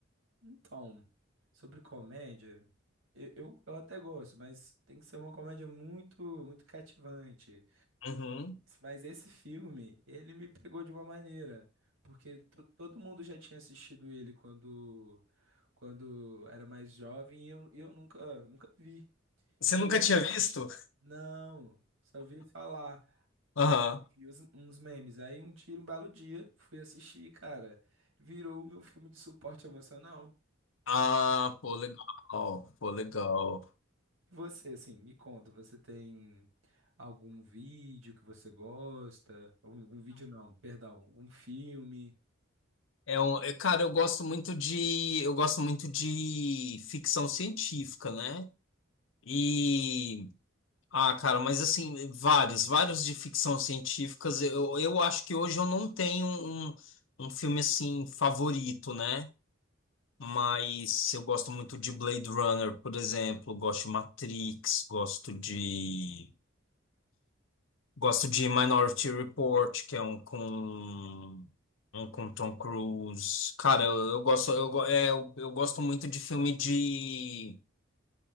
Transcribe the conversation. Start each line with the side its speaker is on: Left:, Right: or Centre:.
Right: então, sobre comédia, eu, eu, eu até gosto, mas tem que ser uma comédia muito, muito cativante.
Left: Uhum.
Right: Mas esse filme, ele me pegou de uma maneira, porque to- todo mundo já tinha assistido ele quando quando era mais jovem e eu, e eu nunca nunca vi.
Left: Você
Right: E
Left: nunca tinha visto?
Right: não, só vi falar.
Left: Aham.
Right: Aí vi, vi os- uns memes. Aí um dia, um belo dia, fui assistir, cara, virou o meu filme de suporte emocional.
Left: Ah, pô, legal. Pô, legal.
Right: E você, assim, me conta, você tem algum vídeo que você gosta? Algum, algum vídeo não, perdão, algum filme?
Left: É um, é, cara, eu gosto muito de, eu gosto muito de ficção científica, né? E ah, cara, mas assim, vários, vários de ficção científicas. Eu, eu acho que hoje eu não tenho um, um filme assim favorito, né? Mas eu gosto muito de Blade Runner, por exemplo, gosto de Matrix, gosto de gosto de Minority Report, que é um com um com Tom Cruise. Cara, eu, eu gosto eu, go- é, eu, eu gosto muito de filme de